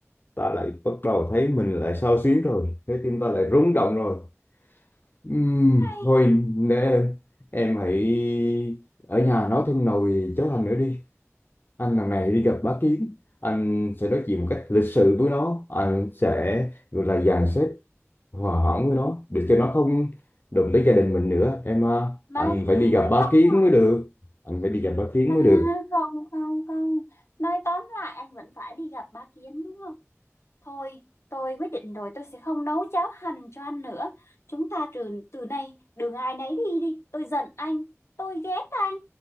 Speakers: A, on the left; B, on the left.
A: ta lại bắt đầu thấy mình lại xao xuyến rồi trái tim ta lại rung động rồi Ừm,
B: hay
A: thôi nè em em hãy ở nhà nói thêm nồi cháo hành nữa đi anh lần này đi gặp bá kiến anh sẽ nói chuyện một cách lịch sự với nó anh sẽ gọi là dàn xếp Hòa hỏng với nó để cho nó không đụng tới gia đình mình nữa em à,
B: mấy
A: anh phải đi gặp
B: nói
A: bá
B: tóm
A: kiến
B: lại
A: mới được anh phải đi gặp bá kiến
B: à,
A: mới được
B: không không không nói tóm lại anh vẫn phải đi gặp bá Kiến đúng không thôi tôi quyết định rồi tôi sẽ không nấu cháo hành cho anh nữa chúng ta từ từ nay đường ai nấy đi đi tôi giận anh tôi ghét anh